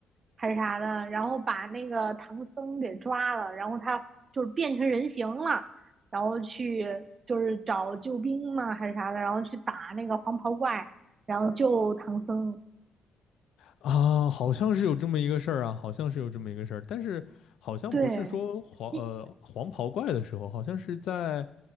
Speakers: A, on the right (about 40°); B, on the left (about 75°).
A: 还是啥的，然后把那个唐僧给抓了，然后他就是变成人形了，然后去就是找救兵嘛还是啥的，然后去打那个黄袍怪，然后救唐僧。
B: 啊，好像是有这么一个事儿啊，好像是有这么一个事儿，但是好像不是说黄呃黄袍怪的时候，
A: 对，你
B: 好像是在